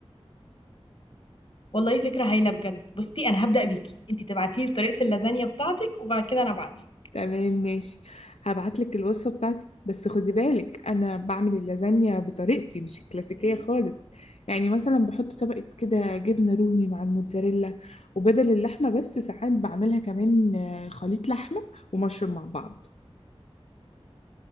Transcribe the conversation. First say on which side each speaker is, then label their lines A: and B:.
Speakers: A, on the left; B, on the left.
A: والله فكره هايله بجد بصي انا هبدا بيكي انتي تبعتي لي طريقه اللازانيا بتاعتك وبعد كده انا ابعتها
B: تمام ماشي هبعتلك الوصفة بتاعتي بس خدي بالك أنا بعمل اللازانيا بطريقتي مش الكلاسيكية
A: مم.
B: خالص يعني مثلا بحط طبقة كده جبنة رومي مع الموتزاريلا وبدل اللحمة بس ساعات بعملها كمان آه، خليط لحمة ومشروم مع بعض